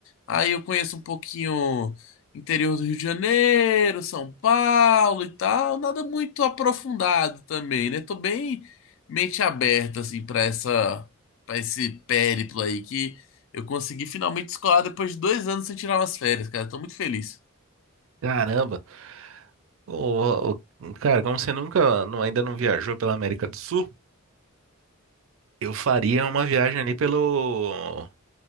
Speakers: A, on the left; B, on the right.
A: Aí eu conheço um pouquinho interior do Rio de Janeiro, São Paulo e tal, nada muito aprofundado também, né? Tô bem mente aberta assim para essa para esse périplo aí que eu consegui finalmente escolar depois de dois anos sem tirar umas férias, cara. Tô muito feliz.
B: Caramba! Ô, ô, cara, como você nunca, não- ainda não viajou pela América do Sul, eu faria uma viagem ali pelo,